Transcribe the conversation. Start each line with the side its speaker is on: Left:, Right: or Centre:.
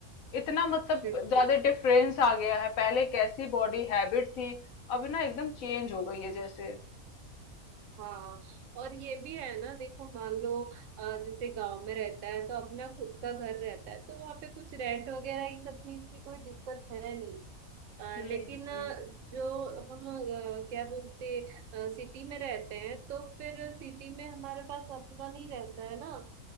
Left: इतना मतलब
Right: बिल्कुल
Left: ज्यादा डिफरेंस आ गया है पहले कैसी बॉडी हैबिट थी अब ना एकदम चेंज हो गई है जैसे
Right: हाँ और ये भी है ना देखो मान लो अ, जैसे गांव में रहता है तो अपना खुद का घर रहता है तो वहाँ पे कुछ रेंट वगैरह ये सब चीज की कोई दिक्कत है नहीं अ,
Left: हम्म
Right: लेकिन
Left: हम्म
Right: अ, जो हम अ, क्या बोलते सिटी में रहते हैं तो फिर सिटी में हमारे पास अपना नहीं रहता है ना अ,